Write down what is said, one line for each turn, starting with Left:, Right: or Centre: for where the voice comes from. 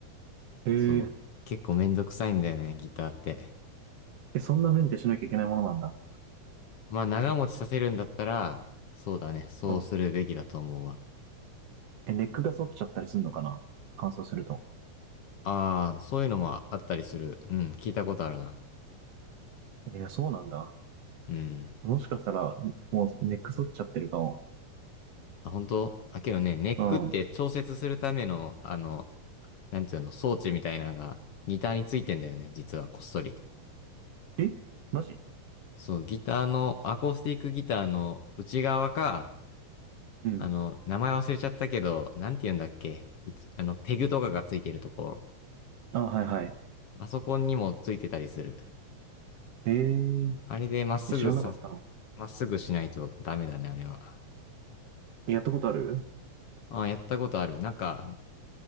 Right: へえ。
Left: そう、結構めんどくさいんだよね、ギターって。
Right: え、そんなメンテしなきゃいけないものなんだ。
Left: まあ、長持ちさせるんだったら、そうだね、そうするべきだと思うわ。
Right: うん。え、ネックが反っちゃったりするのかな乾燥すると。
Left: ああ、そういうのもあったりする。うん、聞いたことあるな。
Right: えーそうなんだ。
Left: うん。
Right: もしかしたら、もうネック反っちゃってるかも。
Left: あ、本当あ、けどね、ネックって調節するための、
Right: うん。
Left: あの、なんていうの、装置みたいなのがギターについてんだよね、実はこっそり。
Right: えマジ
Left: そう、ギターの、アコースティックギターの内側か、
Right: うん。
Left: あの、名前忘れちゃったけど、なんて言うんだっけ、あの、ペグとかがついてるところ。
Right: あ、はいはい。
Left: あそこにもついてたりする。
Right: えー、
Left: あれでまっすぐさ、
Right: え知らなかったの。
Left: まっすぐしないとダメだね、あれは。
Right: やったことある
Left: ああ、やったことある。なんか、